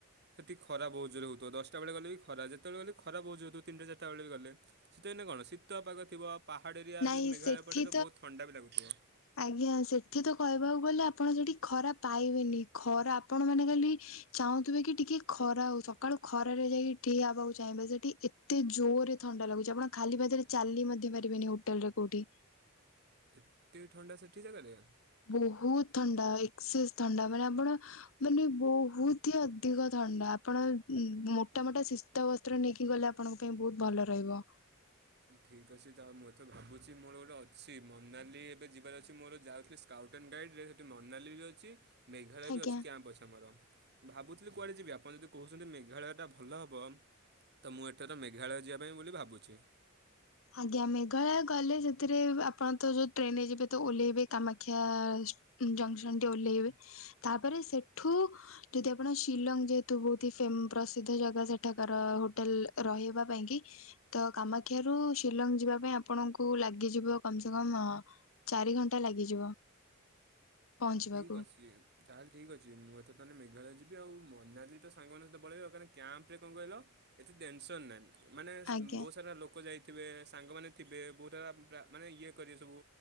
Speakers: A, on the right (about 50°); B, on the left (about 65°).
A: ସେଠି ଖରା ବହୁତ ଜୋରରେ ହଉଥିବ ଦଶ ସେତେବେଳେ ଗଲେ ବି ଖରା ଯେତେବେଳେ ଗଲେ ଖରା ବୋହୂ ଜୋରେ ହେଉ ତିନିଟା ଚାରିଟା ବେଳେ ବି ଗଲେ ଶୀତଦିନେ କଣ ଶୀତୁଆ ପାଗ ଥିବ ପାହାଡ଼ ଏରିଆ
B: ନାଇଁ
A: ମେଘାଳୟ
B: ସେଠି
A: ପଟେ ତ ବହୁତ ଥଣ୍ଡା ବି ଲାଗୁଥିବ।
B: ଆଜ୍ଞା ସେଠି ତ କହିବାକୁ ଗଲେ ଆପଣ ସେଠି ଖରା ପାଇବେନି ଖରା ଆପଣ ମାନେ ଖାଲି ଚାହୁଁଥିବେ କି ଟିକେ ଖରା ହଉ ସକାଳୁ ଖରାରେ ଯାଇକି ଠିଆ ହବାକୁ ଚାହିଁବେ ସେଠି ଏତେ ଜୋରେ ଥଣ୍ଡା ଲାଗୁଛି ଆପଣ ଖାଲି ପାଦରେ ଚାଲି ମଧ୍ୟ ପାରିବେନି ହୋଟେଲ ରେ କୋଉଠି?
A: ଏତେ ଥାଣ୍ଡା ସେଠି ଜାଗା ରେ।
B: ବହୁତ ଥଣ୍ଡା ଏକ୍ସେସ୍ ଥଣ୍ଡା ମାନେ ଆପଣ ମାନେ ବହୁତ ହି ଅଧିକ ଥଣ୍ଡା ଆପଣ ମୋଟା ମୋଟା ସେ ଶୀତ ବସ୍ତ୍ର ନେଇକି ଗଲେ ଆପଣଙ୍କ ପାଇଁ ବହୁତ ଭଲ ରହିବ।
A: ଠିକ୍ ଅଛି ତ ମୁଁ ଏତେ ଭାବୁଛି ମୋର ଗୋଟେ ଅଛି ମନାଲି ଏବେ ଯିବାର ଅଛି ମୋର ଯାଉଥିଲି ସ୍କାଉଟ୍ ଆଣ୍ଡ ଗାଇଡ଼୍ର ରେ ସେଇଠି ମନାଲି ବି ଅଛି ମେଘାଳୟ
B: ଆଜ୍ଞା
A: ବି ଅଛି କ୍ୟାମ୍ପ୍ ଅଛି ଆମର। ଭାବୁଥିଲି କୁଆଡ଼େ ଯିବି ଆପଣ ଯଦି କହୁଛନ୍ତି ମେଘାଳୟଟା ଭଲ ହେବ ତ ମୁଁ ଏଥର ମେଘାଳୟ ଯିବା ପାଇଁ ବୋଲି ଭାବୁଛି।
B: ଆଜ୍ଞା ମେଘାଳୟ ଗଲେ ସେଥିରେ ବ ଆପଣ ତ ଯୋଉ ଟ୍ରେନରେ ଯିବେ ତ ଓହ୍ଲେଇବେ କାମାକ୍ଷା ଜଂସନ ଟି ଓହ୍ଲେଇବେ ତାପରେ ସେଠୁ ଯଦି ଆପଣ ଶିଲଙ୍ଗ ଯେହେତୁ ବହୁତ ହି ଫେମ୍ ପ୍ରସିଦ୍ଧ ଜାଗା ସେଠାକାର ହୋଟେଲ ରହିବା ପାଇଁ କି ତ କାମାକ୍ଷା ରୁ ଶିଲଙ୍ଗ ଯିବା ପାଇଁ ଆପଣଙ୍କୁ ଲାଗିଯିବ କମ ସେ କମ ଚାରି ଘଣ୍ଟା ଲାଗିଯିବ। ପହଞ୍ଚିବାକୁ
A: ଠିକ ଅଛି। ତାହେଲେ ଠିକ୍ ଅଛି ମୁଁ ଏଥର ତାହେନେ ମେଘାଳୟ ଯିବି ଆଉ ମନାଲି ତ ସାଙ୍ଗ ମାନଙ୍କ ସହିତ ପଳେଇବି କାରଣ କ୍ୟାମ୍ପରେ କଣ କହିଲ ଏତେ ଟେନସନ ନାହିଁ ମାନେ
B: ଆଜ୍ଞା
A: ବହୁତ ସାରା ଲୋକ ଯାଇ ଥିବେ ସାଙ୍ଗମାନେ ଥିବେ ବହୁତ ଦାରା ମାନେ ଇଏ କରିବେ ସବୁ